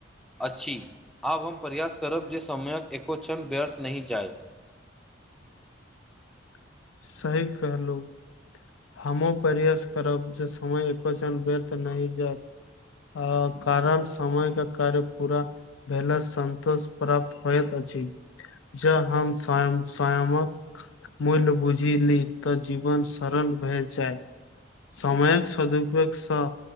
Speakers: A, in the centre; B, on the left.
A: अछि आब हम प्रयास करब जे समयक एको क्षण व्यर्थ नहि जाय
B: <inaudible> सही कहलो हमो प्रयास करब जे समय एको झण बेर्थ नह जाइत अ कारण समय क कार्य पूरा भेल सन्तोष प्राप्त होयत अछि अछि ज हम स्वायं स्वयामक मूल्य बुझे जी ली तऽ जीवन सरल भए जाय समयक सदुपयोग सँ